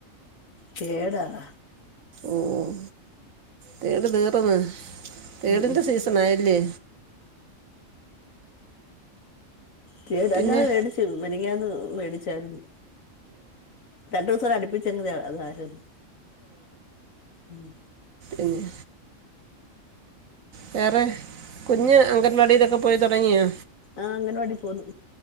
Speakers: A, on the left; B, on the right.
A: കെടാടാ.
B: ഓഹ് തേടു തീർന്ന് തേടിന്റെ
A: ഉം ഉം
B: സീസൺ ആയല്ലേ?
A: തേഡ്
B: പിന്നെ
A: അല്ലാതെ മേടിച്ചു മിനിഞ്ഞാന്ന് മേടിച്ചായിരുന്നു. രണ്ടു ദിവസം വരെ അടുപ്പിച്ചങ്ങ് അതായിരുന്ന് ഉം.
B: എന്നാ. വേറെ കുഞ്ഞ് അംഗൻവാടിയിലൊക്കെ പോയി തുടങ്ങിയോ?
A: ആഹ് അംഗനവാടി പോന്ന്.